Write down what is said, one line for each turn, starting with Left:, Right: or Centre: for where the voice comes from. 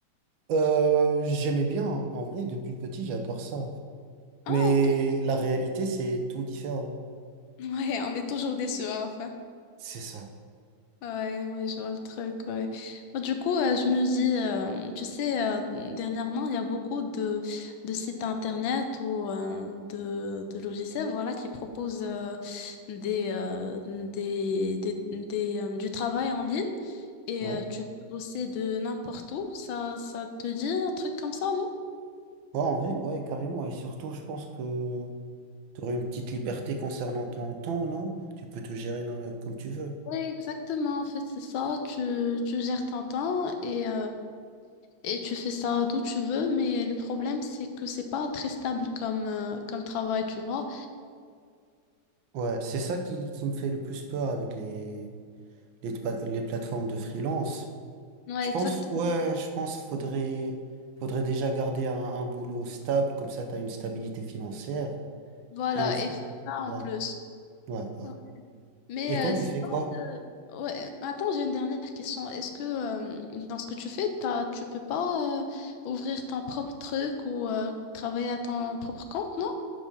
Right: Euh, j'aimais bien, en en vrai, depuis petit, j'adore ça.
Left: Ah,
Right: Mais
Left: ok.
Right: la réalité, c'est tout différent.
Left: Ouais, on est toujours déçus à la fin.
Right: C'est ça.
Left: Ouais, ouais, je vois le truc, ouais. Bah, du coup, euh, je me dis, euh, tu sais, euh, dernièrement, il y a beaucoup de, de sites internet ou euh, de, de logiciels, voilà, qui proposent euh, des, euh, des, des, des, euh, du travail en ligne et
Right: Ouais.
Left: euh, tu peux bosser de n'importe où. Ça, ça te dit un truc comme ça, non?
Right: Ouais, en vrai, ouais, carrément. Et surtout, je pense que tu aurais une petite liberté concernant ton temps, non? Tu peux te gérer non, comme tu veux.
Left: Oui, exactement, en fait, c'est ça. Tu, tu gères ton temps et Et tu fais ça d'où tu veux, mais le problème, c'est que c'est pas très stable comme, euh, comme travail, tu vois.
Right: Ouais, c'est ça qui, qui me fait le plus peur avec les, les, pa- les plateformes de freelance.
Left: Ouais,
Right: Je pense,
Left: exactement.
Right: ouais, je pense faudrait, faudrait déjà garder un, un boulot stable, comme ça tu as une stabilité financière.
Left: Voilà,
Right: Et ensuite,
Left: et faire ça en
Right: ouais,
Left: plus.
Right: ouais, ouais.
Left: Ouais. Mais
Right: Et toi,
Left: euh,
Right: tu
Left: sinon,
Right: fais quoi?
Left: euh, ouais. Attends, j'ai une dernière question. Est-ce que euh, dans ce que tu fais, t'as, tu peux pas euh, ouvrir ton propre truc ou euh, travailler à ton propre compte, non?